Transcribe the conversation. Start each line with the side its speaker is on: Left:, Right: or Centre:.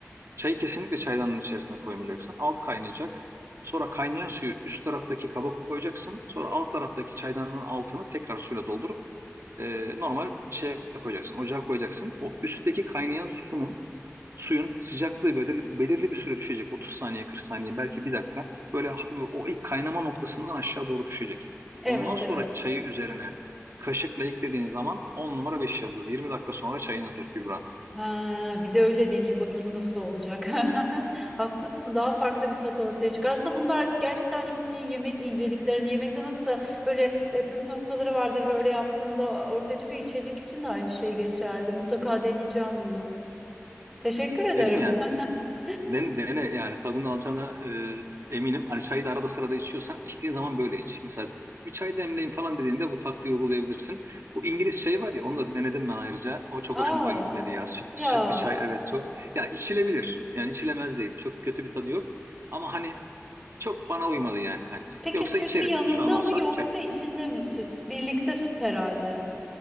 Right: Çayı kesinlikle çaydanın içerisine koymayacaksın. Alt kaynayacak. Sonra kaynayan suyu üst taraftaki kaba koyacaksın. Sonra alt taraftaki çaydanın altını tekrar suyla doldurup e, normal şeye koyacaksın. Ocağa koyacaksın. O üstteki kaynayan sunun suyun sıcaklığı belirli, belirli bir süre düşecek. 30 saniye, 40 saniye, belki bir dakika. Böyle ha- o ilk kaynama noktasından aşağı doğru düşecek.
Centre: Evet,
Right: Ondan sonra
Centre: evet.
Right: çayı üzerine kaşıkla eklediğin zaman 10 numara 5 yıldız. 20 dakika sonra çayın hazır Kübra.
Centre: Ha, bir de öyle deneyeyim bakayım nasıl olacak. <laughs> Haklısın daha farklı bir tat ortaya çıkar. Aslında bunlar gerçekten çok iyi yemek inceliklerini. Yemekte nasıl böyle e, püf noktaları vardır ve öyle yaptığında ortaya çıkan içecek için de aynı şey geçerli. Mutlaka deneyeceğim bunu. Teşekkür
Right: <laughs>
Centre: ederim.
Right: Dedim ya
Centre: <laughs>
Right: Dene, dene yani tadını alacağına e, eminim. Hani çayı da arada sırada içiyorsan içtiğin zaman böyle iç. Mesela bir çay demleyin falan dediğinde bu taktiği uygulayabilirsin. Bu İngiliz çayı var ya onu da denedim ben ayrıca. O çok
Centre: Aa,
Right: hoşuma gitmedi ya. Süt,
Centre: ya
Right: sütlü çay evet çok. Ya içilebilir. Yani içilemez değil. Çok kötü bir tadı yok. Ama hani çok bana uymadı yani hani.
Centre: peki
Right: Yoksa
Centre: sütü
Right: içerim
Centre: yanında
Right: yani şu an olsa
Centre: mı yoksa
Right: içerim.
Centre: içinde mi süt? Birlikte süt herhalde.